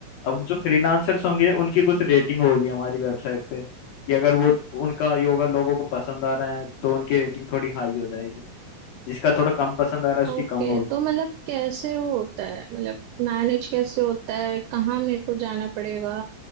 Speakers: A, on the left; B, on the right.
A: अब जो फ्रीलांसर्स होंगे उनकी कुछ रेटिंग होगी हमारी वेबसाइट पे कि अगर वो उनका योगा लोगों को पसंद आ रहा है तो उनकी रेटिंग थोड़ी हाई हो जाएगी जिसका थोड़ा कम पसंद आ रहा है उसकी
B: ओके
A: कम होगी
B: तो मतलब कैसे वो होता है मतलब मैनेज कैसे होता है कहाँ मेरे को जाना पड़ेगा